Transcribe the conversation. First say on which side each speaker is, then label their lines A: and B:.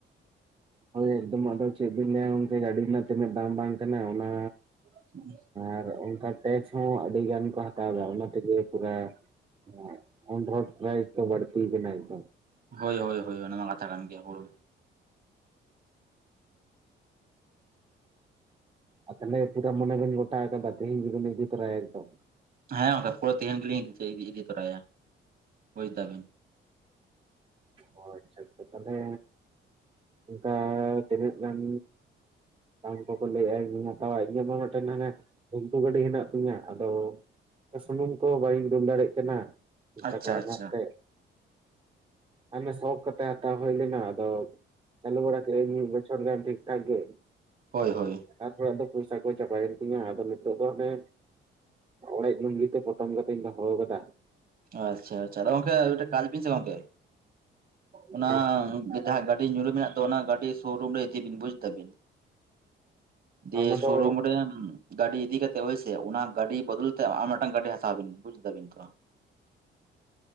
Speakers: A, on the right; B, on the right.
A: ᱦᱳᱭ ᱮᱠᱫᱚᱢ ᱟᱫᱚ ᱪᱮᱫ ᱵᱤᱱ ᱞᱟᱹᱭᱟ ᱜᱚᱝᱠᱮ ᱜᱟᱹᱰᱤ ᱨᱮᱱᱟᱜ ᱛᱤᱱᱟᱹᱜ ᱫᱟᱢ ᱵᱟᱝ ᱠᱟᱱᱟ ᱚᱱᱟ
B: <inaudible>
A: ᱟᱨ ᱚᱱᱠᱟ ᱴᱮᱠᱥ ᱦᱚᱸ ᱟᱹᱰᱤ ᱜᱟᱱ ᱠᱚ ᱦᱟᱛᱟᱣ ᱮᱫᱟ ᱚᱱᱟ ᱛᱮᱜᱮ ᱯᱩᱨᱟ ᱦᱮᱸ ᱚᱱ ᱨᱳᱰ ᱯᱨᱟᱭᱤᱥ ᱫᱚ ᱵᱟᱹᱲᱛᱤ ᱟᱵᱤᱱᱟ ᱮᱠᱫᱚᱢ
B: ᱦᱳᱭ ᱦᱳᱭ ᱦᱳᱭ ᱚᱱᱟ ᱢᱟ ᱠᱟᱛᱷᱟ ᱠᱟᱱ ᱜᱮᱭᱟ ᱩᱨᱩᱢ
A: ᱟᱫ ᱛᱟᱦᱞᱮ ᱯᱩᱨᱟ ᱢᱚᱱᱮ ᱵᱮᱱ ᱜᱚᱴᱟ ᱟᱠᱟᱫᱟ ᱛᱤᱦᱤᱧ ᱜᱮ ᱵᱤᱱ ᱤᱫᱤ ᱛᱚᱨᱟᱭᱟ ᱮᱠᱫᱚᱢ
B: ᱦᱮᱸ ᱜᱚᱝᱠᱮ ᱯᱩᱨᱟᱹ ᱛᱤᱦᱤᱧ ᱜᱮᱞᱤᱧ ᱤᱫᱤ ᱛᱚᱨᱟᱭᱟ ᱵᱩᱡᱽ ᱫᱟ ᱵᱤᱱ
A: ᱚ ᱟᱪᱪᱷᱟ ᱟᱪᱪᱷᱟ ᱛᱟᱦᱞᱮ ᱚᱱᱠᱟ ᱛᱤᱱᱟᱹᱜ ᱜᱟᱱ ᱫᱟᱢ ᱠᱚ ᱠᱚ ᱞᱟᱹᱭᱮᱫᱟ ᱤᱧ ᱦᱚᱧ ᱦᱟᱛᱟᱣᱟ ᱤᱧᱟᱹᱜ ᱢᱟ ᱢᱮᱫᱴᱮᱱ ᱦᱟᱱᱮ ᱰᱷᱤᱝᱠᱩ ᱜᱟᱹᱰᱤ ᱦᱮᱱᱟᱜ ᱛᱤᱧᱟᱹ ᱟᱫᱚ ᱥᱩᱱᱩᱢ ᱠᱚ ᱵᱟᱹᱧ ᱫᱩᱞ ᱫᱟᱲᱮᱭᱟᱜ ᱠᱟᱱᱟ ᱯᱩᱭᱥᱟ
B: ᱟᱪᱪᱷᱟ
A: ᱠᱚ ᱟᱱᱟᱴ
B: ᱟᱪᱪᱷᱟ
A: ᱛᱮ ᱦᱟᱱᱮ ᱥᱚᱠᱷ ᱠᱟᱛᱮ ᱦᱟᱛᱟᱣ ᱦᱩᱭ ᱞᱮᱱᱟ ᱟᱫᱚ ᱪᱟᱞᱩ ᱵᱟᱲᱟ ᱠᱮᱜ ᱤᱧ ᱢᱤᱫ ᱵᱚᱪᱷᱚᱨ ᱜᱟᱱ ᱴᱷᱤᱠ ᱴᱷᱟᱠ ᱜᱮ
B: ᱦᱳᱭ ᱦᱳᱭ
A: ᱛᱟᱨᱯᱚᱨᱮ ᱟᱫᱚ ᱯᱚᱭᱥᱟ ᱠᱚ ᱪᱟᱵᱟᱭᱮᱱ ᱛᱤᱧᱟ ᱟᱫᱚ ᱱᱤᱛᱚᱜ ᱫᱚ ᱦᱟᱱᱮ ᱚᱲᱮᱡ ᱞᱩᱝᱜᱤ ᱛᱮ ᱯᱚᱴᱚᱢ ᱠᱚ ᱤᱧ ᱫᱚᱦᱚᱣ ᱠᱟᱫᱟ
B: ᱟᱪᱪᱷᱟ ᱟᱪᱪᱷᱟ ᱟᱫᱚ ᱜᱚᱢᱠᱮ ᱟᱨ ᱢᱤᱫᱴᱟᱝ ᱠᱟᱡ ᱵᱤᱱ ᱥᱮ ᱜᱚᱢᱠᱮ ᱚᱱᱟ
A: ᱦᱮᱸ
B: ᱡᱟᱦᱟ ᱜᱟᱼᱼ ᱼᱼᱰᱤ ᱧᱩᱨ ᱨᱮ ᱢᱮᱱᱟᱜ ᱫᱚ ᱚᱱᱟ ᱜᱟᱹᱰᱤ ᱥᱳᱨᱩᱢ ᱨᱮ ᱤᱫᱤ ᱵᱤᱱ ᱵᱩᱡ ᱫᱟᱵᱤᱱ ᱫᱤᱭᱮ
A: ᱚᱱᱟ
B: ᱥᱳᱨᱩᱢ
A: ᱫᱚ
B: ᱨᱮ ᱜᱟᱹᱰᱤ ᱤᱫᱤ ᱠᱟ ᱠᱟᱛᱮᱜ ᱦᱳᱭᱥᱮ ᱚᱱᱟ ᱜᱟᱹᱰᱤ ᱵᱚᱫᱚᱞ ᱛᱮ ᱟᱨ ᱢᱤᱫᱴᱟᱝ ᱜᱟᱹᱰᱤ ᱦᱟᱛᱟᱣ ᱵᱤᱱ ᱵᱩᱡ ᱮᱫᱟ ᱵᱤᱱ ᱛᱚ